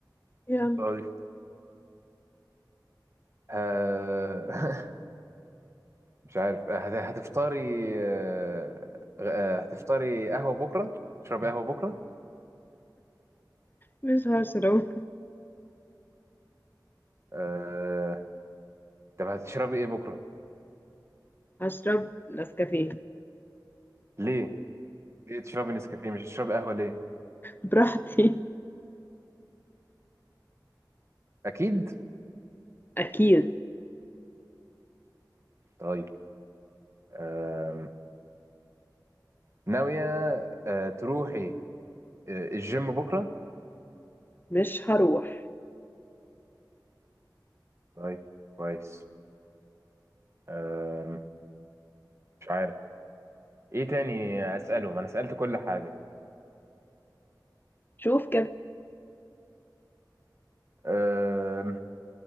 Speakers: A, on the left (about 25°); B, on the right (about 35°).
A: يلا
B: طيب آه <laughs> مش عارف آه، هت- هتفطري آه، آه، هتفطري قهوة بكرة تشربي قهوة بكرة
A: مش هشرب
B: آه، طب هتشربي ايه بكرة
A: هشرب نسكافيه
B: ليه ليه تشربي نسكافيه مش هتشربي قهوة ليه
A: براحتي
B: اكيد
A: اكيد
B: طيب آم، ناوية آه، تروحي آه، الجيم بكرة
A: مش هروح
B: طيب كويس آم، مش عارف ايه تاني اسأله ما انا سألت كل حاجة
A: شوف كده
B: آم،